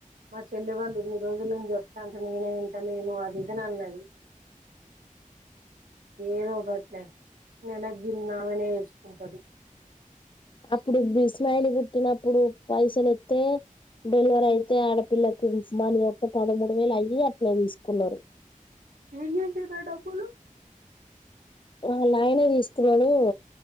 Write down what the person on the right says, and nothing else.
మా చెల్లి వాళ్ళు ఇన్ని రోజుల నుంచి చెప్తా అంటే నేనే వింటా లేను అది ఇదని అన్నాది ఏదో ఒకటి లే నెలగింది ఆమెనే వేచుకుంటది
ఏం చేసేది ఆ డబ్బులు